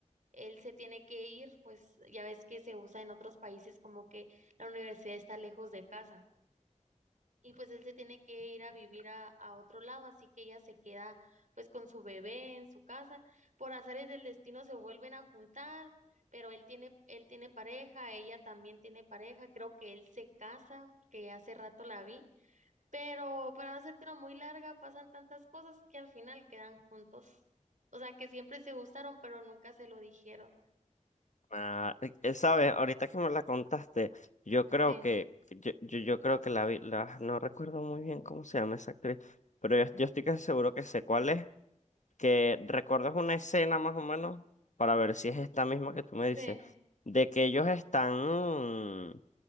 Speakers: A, on the right (about 75°); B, on the left (about 70°).
A: él se tiene que ir, pues ya ves que se usa en otros países como que la universidad está lejos de casa y pues él se tiene que ir a vivir a, a otro lado, así que ella se queda pues con su bebé en su casa. Por azares del destino se vuelven a juntar, pero él tiene, él tiene pareja, ella también tiene pareja, creo que él se casa, que hace rato la vi, pero para no hacértelo muy larga, pasan tantas cosas que al final quedan juntos. O sea que siempre se gustaron, pero nunca se lo dijeron.
B: Ah, eh, eh, ¿sabes? Ahorita que me la contaste, yo creo
A: Sí,
B: que, yo, yo, yo creo que la vi, la, no recuerdo muy bien cómo se llama esa actriz, pero yo, yo estoy casi seguro que sé cuál es. que recuerdas una escena más o menos, para ver si es esta misma que tú me dices,
A: sí.
B: de que ellos están mm,